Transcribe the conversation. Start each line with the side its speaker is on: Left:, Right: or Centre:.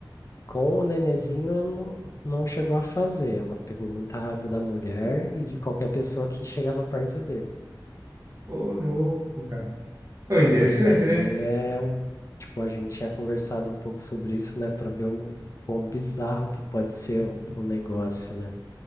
Left: Com o nenenzinho, ela não, não chegou a fazer. Ela pegou muita raiva da mulher e de qualquer pessoa que chegava perto dele.
Right: Ô, louco, cara. Ô, interessante,
Left: Mas daí
Right: né?
Left: é um. Tipo, a gente tinha conversado um pouco sobre isso, né? Pra ver o quão bizarro que pode ser o, o negócio, né?